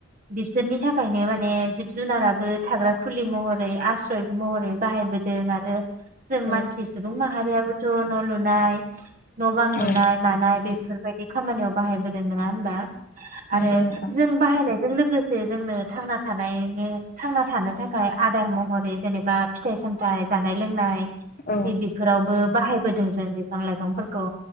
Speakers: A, on the right (about 40°); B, on the left (about 45°).
A: बिसोरनि थाखायनो माने जिब जुनाराबो थाग्रा खुलि महरै आसश्रय महरै बाहायबोदों आरो जों
B: औ
A: मानसि सुबुं माहारियाबो थ' न' लुनाय न' बां लुनाय
B: औ
A: मानाय बे फोरबायदि खामानियाव बाहायबोदों नङा होनबा। आरो
B: नंगौ नोंथां
A: जों बाहायनाय जों लोगोसे जोंनो थांना थानायनि थांना थानो थाखाय आदार महरै जेनेबा फिथाइ सामथाइ जानाय लोंनाय
B: औ
A: बेफोरावबो बाहायबोदों जों। बिफां लायफांफोरखौ